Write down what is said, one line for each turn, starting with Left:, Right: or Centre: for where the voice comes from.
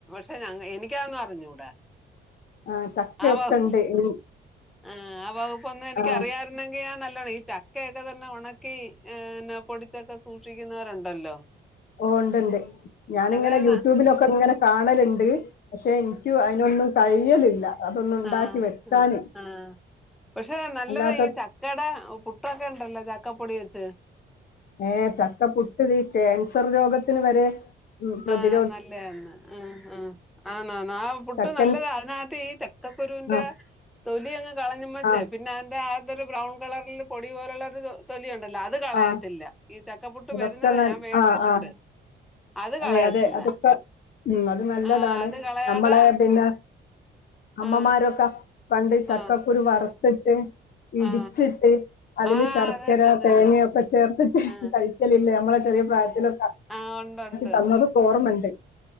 Centre: ക്ഷെ ഞ എനിക്കാന്ന് അറിഞ്ഞുൂട
Left: ആ ചക്കയൊക്കെ
Centre: ആ വക്
Left: ഉണ്ട് ഇനി
Centre: ആ ആ വകുപ്പൊന്നും എനിക്കറിയാരുന്നെങ്കി
Left: ആ
Centre: ആ നല്ലാ ഈ ചക്കയൊക്കെ തന്നെ ഉണക്കി ന്നെ പൊടിച്ചൊക്കെ സൂക്ഷിക്കുന്നൊരു ണ്ടല്ലോ
Left: ഓ ണ്ട്ണ്ട് ഞാനിങ്ങനെ
Centre: ആ
Left: യൂട്യൂബിലൊക്കെ ഇങ്ങനെ കാണല്ഡ് പക്ഷെ ഇനിക്കും അയിനൊന്നും കഴിയലില്ല അതൊന്നും ഉണ്ടാക്കി
Centre: ആഹ
Left: വെക്കാന്
Centre: ആഹ ആ പക്ഷെ നല്ലതായീ
Left: അല്ലാത്ത
Centre: ചക്കേടെ പുട്ടൊക്കെ ണ്ടല്ലോ ചക്കപ്പൊടി വെച്ച്
Left: ഏ ചക്ക പുട്ട്തീ ക്യാൻസർ രോഗത്തിന് വരെ പ്രധി
Centre: ആ നല്ലയാന്ന് ആ ആ ആന്ന് ആന്ന് ആ പുട്ട്
Left: ചക്കൻ
Centre: നല്ലതാ അയിനകത്ത് ഈ ചക്കക്കുരൂന്റെ
Left: ആ
Centre: തൊലി അങ്ങ് കളഞ്ഞുമ്മച്ചേ
Left: ആ
Centre: പിന്നെ അതിന്റെ ആത്തൊരു ബ്രൗൺ കളറിൽ പൊടി പോലുള്ളൊരു തൊലി ണ്ടല്ലോ അത് കളയത്തില്ല
Left: ആ
Centre: ഈ ചക്കപ്പുട്ട്
Left: അതൊക്കെ
Centre: വരുന്നത്
Left: നൽ
Centre: ഞാൻ മേടിച്ചിട്ടുണ്ട്
Left: ആ ആ
Centre: അത്
Left: അതെ
Centre: കളയത്തില്ല
Left: അതെ അതൊക്കെ ഊ അത് നല്ലതാണ്
Centre: ആ അത് കളയാതെ
Left: നമ്മളെ പിന്നെ അമ്മമാരൊക്കെ
Centre: ആ
Left: പണ്ട് ചക്കക്കുരു
Centre: ആ
Left: വറുത്തിട്ട് ഇടിച്ചിട്ട്
Centre: ആ
Left: അതില്
Centre: ആ
Left: ശർക്കര
Centre: അത് തന്നെ അത്
Left: തേങ്ങയൊക്കെ
Centre: തന്നെ
Left: ചേർത്തിട്ട്
Centre: ആ
Left: കഴിക്കലില്ലേ നമ്മള ചെറിയ പ്രായത്തിലൊ
Centre: ആ ഉണ്ട് ണ്ട്
Left: തന്നതൊക്കോർമണ്ട്